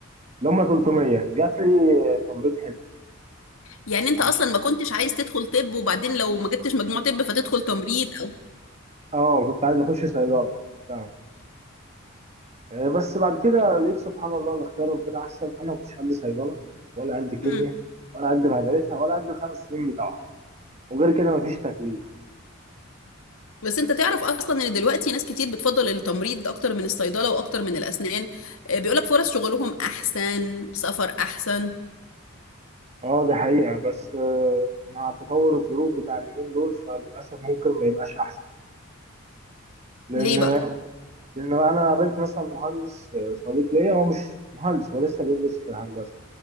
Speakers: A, on the right; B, on the left.
A: اللي هم 300 جات لي تمريض
B: يعني انت
A: حلوة
B: اصلا ما كنتش عايز تدخل طب وبعدين لو ما جبتش مجموع طب فتدخل تمريض او
A: اه كنت عايز اخش صيدله فاهم آه، بس بعد كده لقيت سبحان الله ان اختيار ربنا احسن انا ما كنتش قد صيدله ولا قد كيمياء
B: امم
A: ولا قد بهدلتها ولا قد الخمس سنين بتاعها وغير كده مفيش تكليف
B: بس انت تعرف اصلا ان دلوقتي ناس كتير بتفضل التمريض اكتر من الصيدله واكتر من الاسنان آه، بيقولك فرص شغلهم احسن سفر احسن
A: اه دي حقيقه بس آه، مع تطور الظروف بتاع اليومين دول فللاسف ممكن ما يبقاش احسن لان
B: ليه بقى
A: لان انا قابلت مثلا مهندس آه، صديق ليا هو مش مهندس هو لسه بيدرس في هندسه